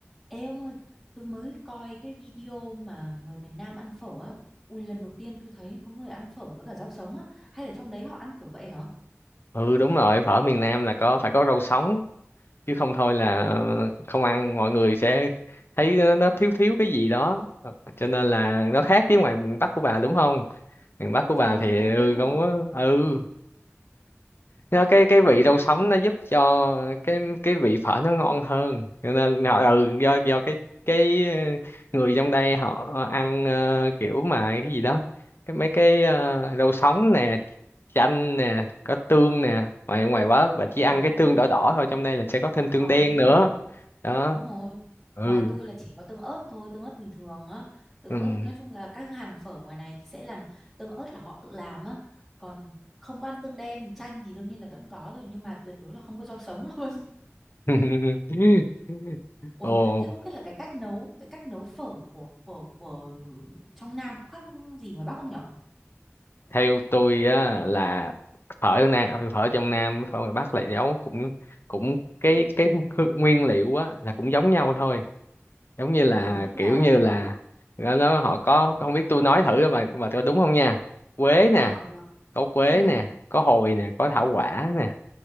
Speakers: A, in the centre; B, on the left.
A: Ê ông ơi, tôi mới coi cái video mà người miền Nam ăn phở á. Ui, lần đầu tiên tôi thấy có người ăn phở với cả rau sống á. Hay là trong đấy họ ăn kiểu vậy hả?
B: ừ đúng rồi phở miền Nam là có phải có rau sống chứ không thôi là không ăn mọi người sẽ thấy nó nó thiếu thiếu cái gì đó Ờ, cho nên là nó khác với ngoài miền Bắc của bà đúng không miền Bắc của
A: Trời,
B: bà thì
A: thật luôn
B: ừ
A: hả?
B: không có ừ nó cái cái vị
A: Ờ,
B: rau sống nó giúp cho cái cái vị phở nó ngon hơn Cho nên họ ừ do do cái cái ờ, người trong đây họ ăn ờ, kiểu mà cái gì đó cái mấy cái ờ, rau sống nè chanh nè có tương nè ngoài ngoài quá và chỉ
A: ờ,
B: ăn cái tương đỏ đỏ thôi trong đây là sẽ có thêm tương
A: ờ,
B: đen
A: đúng rồi,
B: nữa đó
A: đúng rồi.
B: ừ
A: Ngoài tôi là chỉ có tương ớt thôi, tương ớt bình thường á. Tương
B: ừ
A: ớt, nói chung là các hàng phở ngoài này thì sẽ làm tương ớt là họ tự làm á. Còn không có ăn tương đen, chanh thì đương nhiên là vẫn có rồi. Nhưng mà tuyệt đối là không có rau sống <laughs> luôn.
B: <laughs>
A: Ủa,
B: ồ
A: thế không biết là cái cách nấu cái cách nấu phở của của của trong Nam có khác gì ngoài Bắc không nhở?
B: theo tôi á là phở ở nam à, phở trong nam với phở ngoài bắc là nấu cũng cũng cái cái hư- nguyên liệu á là cũng giống nhau thôi giống như là
A: À, tức là
B: kiểu như là nó nó- họ có không biết tôi nói thử mà mà tôi đúng không nha quế nè
A: à được.
B: có quế
A: Ừ,
B: nè có hồi nè có thảo quả nè